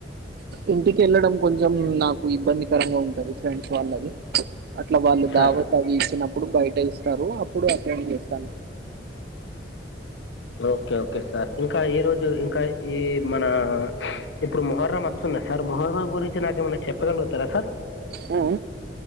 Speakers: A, on the right (about 55°); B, on the left (about 70°).
A: ఇంటికి వెళ్ళడం కొంచెం నాకు ఇబ్బందికరంగా ఉంటది ఫ్రెండ్స్ వాళ్ళవి అట్లా వాళ్ళు
B: సార్
A: దావత్ అవి ఇచ్చినప్పుడు బయట ఇస్తారు అప్పుడు అటెండ్ చేస్తాను
B: ఓకే ఓకే సార్ ఇంకా ఈరోజు ఇంకా ఈ మనా ఇప్పుడు మొహర్రమ్ వస్తున్నా సార్ మొహర్రమ్ గురించి నాకేమైనా చెప్పగలుగుతారా సార్
A: ఉ